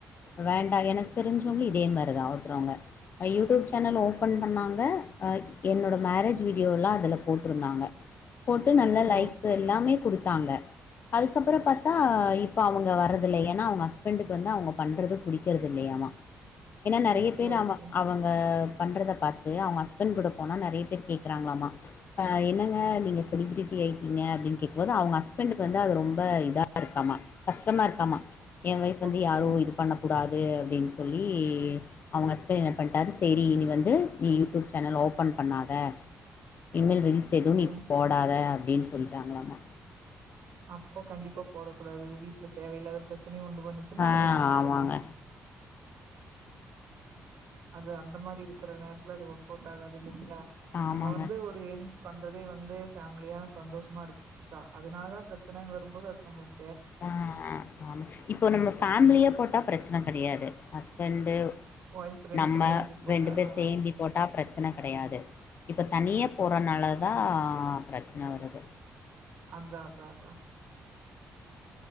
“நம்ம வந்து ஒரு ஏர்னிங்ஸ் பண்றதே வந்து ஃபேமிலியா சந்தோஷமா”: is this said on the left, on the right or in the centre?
Right